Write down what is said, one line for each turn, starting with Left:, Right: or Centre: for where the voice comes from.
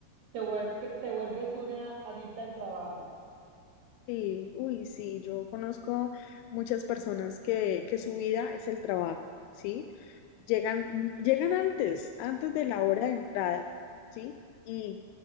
Right: te vuel- que te vuelves una adicta al trabajo.
Left: Sí, uy, sí, yo conozco muchas personas que, que su vida es el trabajo, ¿sí? Llegan, mm, llegan antes, antes de la hora de entrada, ¿sí? Y